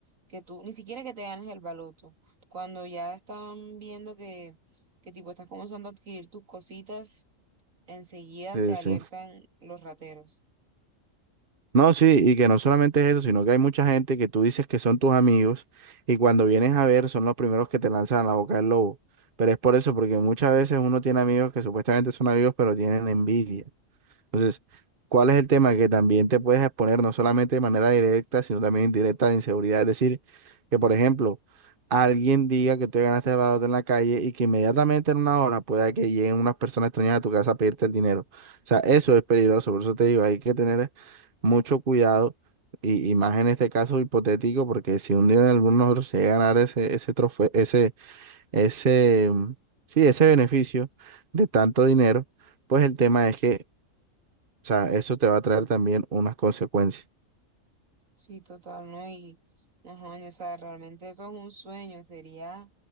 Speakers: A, on the right (about 80°); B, on the right (about 45°).
A: que tú, ni siquiera que te ganes el baloto, cuando ya están viendo que, que tipo estás comenzando a adquirir tus cositas, enseguida
B: Sí,
A: se alertan
B: sí.
A: los rateros.
B: No, sí, y que no solamente es eso, sino que hay mucha gente que tú dices que son tus amigos y cuando vienes a ver son los primeros que te lanzan a la boca del lobo. Pero es por eso, porque muchas veces uno tiene amigos que supuestamente son amigos, pero tienen envidia. Entonces, ¿cuál es el tema? Que también te puedes exponer no solamente de manera directa, sino también indirecta a la inseguridad. Es decir, que por ejemplo, alguien diga que tú te ganaste el baloto en la calle y que inmediatamente en una hora pueda que lleguen unas personas extrañas a tu casa a pedirte el dinero. O sea, eso es peligroso. Por eso te digo, hay que tener mucho cuidado y, y más en este caso hipotético, porque si un día en alguno de nosotros se llega a ganar ese, ese trofeo, ese, ese, mm, sí, ese beneficio de tanto dinero, pues el tema es que sea, eso te va a traer también unas consecuencias.
A: Sí, total, ¿no? Y no jodas, o sea, realmente eso es un sueño, sería,